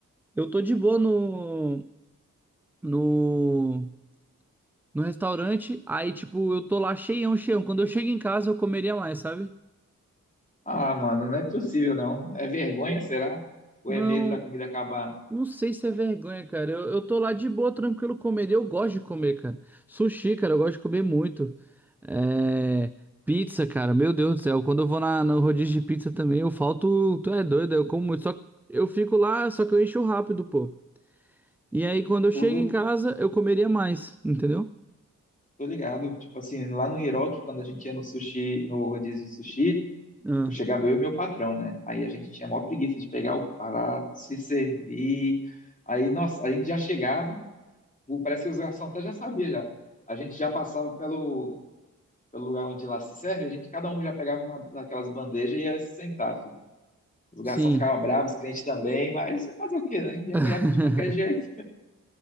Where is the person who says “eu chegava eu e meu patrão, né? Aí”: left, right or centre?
Left